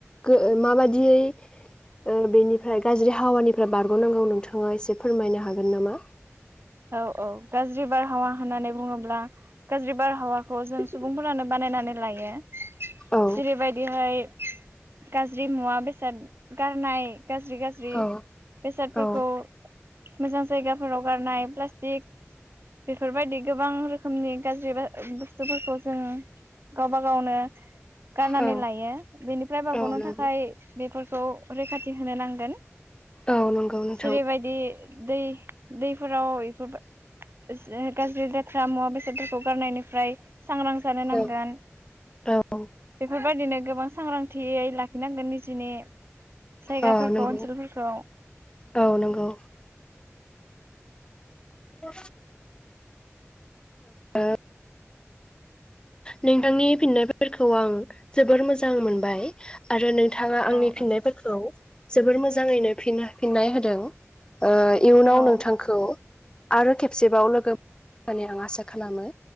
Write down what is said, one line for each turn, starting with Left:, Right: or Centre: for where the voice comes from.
Left: गो माबादियै ओ बेनिफ्राय गाज्रि हावानिफ्राय बारगनांगौ नोंथाङा एसे फोरमायनो हागोन नामा?
Right: औ औ गाज्रि बारहावा होननानै बुङोब्ला गाज्रि बारहावाखौ जों सुबुंफोरानो बानायनानै लायो।
Left: औ
Right: जेरैबायदिहाय गाज्रि मुवा बेसाद गारनाय गाज्रि गाज्रि
Left: औ
Right: बेसादफोरखौ
Left: औ
Right: मोजां जायगाफोराव गारनाय प्लास्टिक बेफोरबायदि गोबां रोखोमनि गाज्रि बा बुस्थुफोरखौ जोङो गावबा गावनो गारनानै
Left: औ
Right: लायो। बेनिफ्राय बारगनो
Left: औ नंगौ
Right: थाखाय बेफोर खौ रैखाथि होनो नांगोन।
Left: औ नोंगौ नोंथां
Right: जेरैबायदि दै दैफ्राव ए <unintelligible> गाज्रि लेथ्रा मुवा बेसादफोरखौ गारनायनिफ्राय सांग्रां जानो नांगोन।
Left: औ औ
Right: बेफोर बेबायदिनो गोबां सांग्रांथियै लाखिनांगोन निजिनि जायगाफोरखौ
Left: औ नोंगौ
Right: ओनसोलफोरखौ
Left: औ नोंगौ ओ ओ नोंथांनि फिन्नायफोरखौ आं जोबोर मोजां मोनबाय आरो नों थाङा आंनि
Right: औ
Left: फिननायफोरखौ जोबोर मोजाङैनो फिनो फिननाय होदों ओ इयुनाव
Right: औ औ
Left: नोंथांखौ आरो खेब सेबाव लोगोब माने आं आसा खालामो